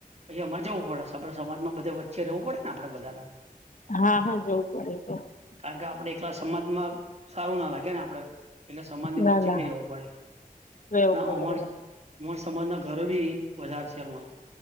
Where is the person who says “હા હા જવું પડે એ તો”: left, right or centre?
Left